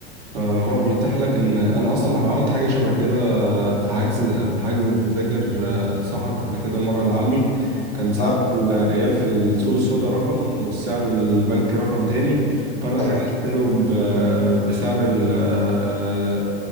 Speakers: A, on the right; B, on the left.
A: فهو بيتاح لك ان انا اصلا عملت حاجه شبه كده في حجز في حجز تذاكر آه، سفر قبل كده مره لعمي كان سعر
B: اه
A: الريال في السوق السوداء رقم والسعر البنك رقم تاني فانا
B: ايوه
A: حجزت
B: اكيد
A: له ب- بسعر ال آه،